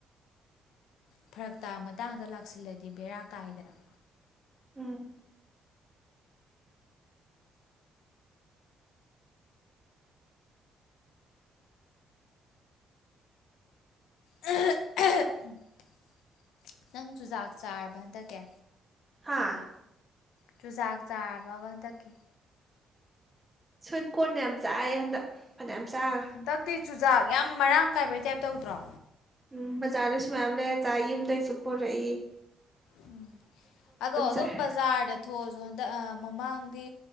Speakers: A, on the left; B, on the right.
A: ꯐꯔꯛ ꯇꯥ ꯃꯇꯥꯡꯗ ꯂꯥꯛꯁꯤꯜꯂꯗꯤ ꯕꯦꯔꯥ ꯀꯥꯏꯗꯅ
B: ꯎꯝ
A: <unintelligible> ꯅꯪ ꯆꯨꯖꯥꯛ ꯆꯥꯔꯕ ꯍꯟꯗꯛꯀꯤ
B: ꯍꯥꯥ
A: ꯆꯨꯖꯥꯛ ꯆꯥꯔꯕꯕ ꯍꯟꯗꯛꯀꯤ
B: ꯁ꯭ꯋꯤꯠ ꯀꯣꯔꯟ ꯌꯥꯝ ꯆꯥꯏꯌꯦ ꯍꯟꯗꯛ ꯐꯅꯌꯥꯝ ꯆꯥ
A: ꯍꯟꯇꯛꯇꯤ ꯆꯨꯖꯥꯛ ꯌꯥꯝ ꯃꯔꯥꯡ ꯀꯥꯏꯕꯩ ꯇꯥꯏꯞ ꯇꯧꯗ꯭ꯔꯣ
B: ꯎꯝ ꯕꯖꯥꯔꯗꯁꯨ ꯃꯌꯥꯝ ꯂꯩꯔ ꯆꯥꯏ ꯌꯨꯝꯗꯩꯁꯨ ꯄꯣꯔꯛꯏ
A: ꯎꯝ ꯑꯗꯣ ꯑꯗꯨꯝ
B: ꯆꯥꯏ
A: ꯕꯖꯥꯔꯗ ꯊꯣꯛꯑꯁꯨ ꯍꯟꯗꯛ ꯑ ꯃꯃꯥꯡꯗꯤ